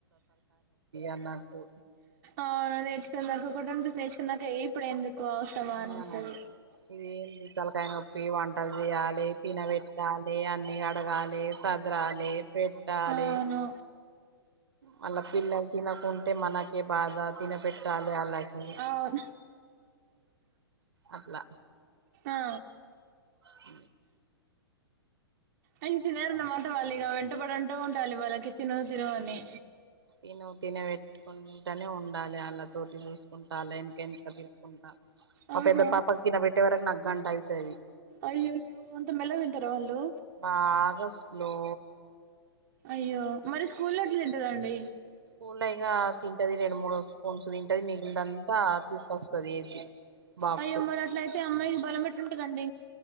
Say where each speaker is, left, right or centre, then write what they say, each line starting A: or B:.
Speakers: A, on the right; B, on the right.
A: అన్నట్టు
B: అవునూ సో నాకు ఒకటి నేర్చుకున్నాక ఇప్పుడు ఎందుకు అవసరమా అనిపిస్తుంది
A: ఆ ఇది జ తలకాయ నొప్పి వంటలు తీయాలి తినబెట్టాలి అన్ని కడగాలి సదరాలి పెట్టాలి
B: అవును
A: మళ్ళ పిల్లలు తినకుంటే మనకే బాధ తినపెట్టాలి ఆళ్ళకి
B: అవును
A: అట్లా
B: ఆ
A: హ
B: అయితే తినేరన్నమాట వాళ్ళు ఇక వెంటపడంటూ ఉండాలి వాళ్ళకి తిను తను అని
A: తిన తినబెట్టుకుంటనే ఉండాలి అళ్ళతోటి చూసుకుంటా అలా వెనక వెనక తిరుక్కుంటా మా
B: ఆహా
A: పెద్ద పాపకు తినబెట్టే వరకు నాకు గంట అయితది
B: అయ్యయ్యో అంత మెల్లగా తింటారా వాళ్ళు
A: బాగా స్లో
B: అయ్యో మరి స్కూల్ట్లు తింటుదండి
A: స్కూల్లో ఇగా తింటది రెండు మూడు స్పూన్స్ తింటది మిగిలిందంతా తీసుకొస్తది బాక్స్
B: అయ్యో మరిట్లయితే అమ్మాయికి బలం ఎట్లుంటుందండి